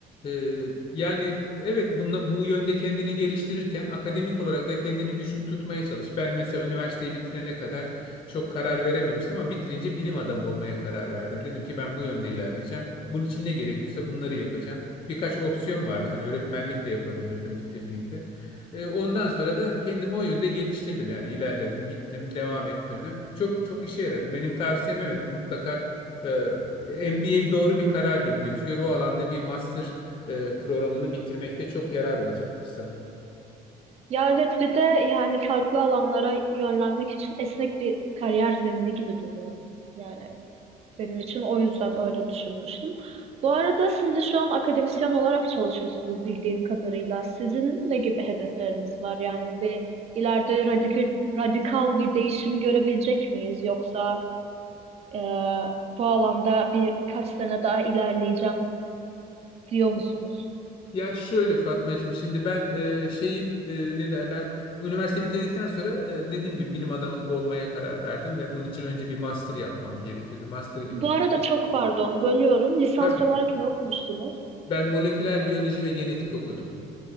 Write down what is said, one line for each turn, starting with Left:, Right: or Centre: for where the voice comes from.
Left: Ee, yani evet bunla, bu yönde kendini geliştirirken akademik olarak da kendini güçlü tutmaya çalış. Ben mesela üniversiteyi bitirene kadar çok karar verememiştim ama bitirince bilim adamı olmaya karar verdim. Dedim ki ben bu yönde ilerleyeceğim. Bunun için ne gerekiyorsa bunları yapacağım. Birkaç opsiyon vardı. Hani öğretmenlik de yapabilirdim bitirdiğimde. Ee, ondan sonra da kendimi o yönde geliştirdim. Yani ilerledim, gittim, devam ettirdim. Çok çok işe yaradı. Benim tavsiyem evet mutlaka e, MBA doğru bir karar gibi gözüküyor. O alanda bir master e, programını bitirmekte çok yarar olacaktır sana.
Right: Ya evet bir de yani farklı alanlara yönlenmek için esnek bir kariyer zemini gibi duruyor. Yani Benim için o yüzden öyle düşünmüştüm. Bu arada siz de şu an akademisyen olarak çalışıyorsunuz bildiğim kadarıyla. Sizin ne gibi hedefleriniz var? Yani bir ileride radikal, radikal bir değişim görebilecek miyiz? Yoksa e, bu alanda birkaç sene daha ilerleyeceğim diyor musunuz?
Left: Ya şöyle Fatmacığım şimdi ben e, şeyi e, ne derler üniversite bitirdikten sonra e, dediğim gibi bilim adamı olmaya karar verdim ve bunun için önce bir master yapmam gerekiyordu. Master'ı bitirdim.
Right: Bu arada çok pardon, bölüyorum. Lisans
Left: Tabii
Right: olarak ne okumuştunuz?
Left: ben moleküler biyoloji ve genetik okudum.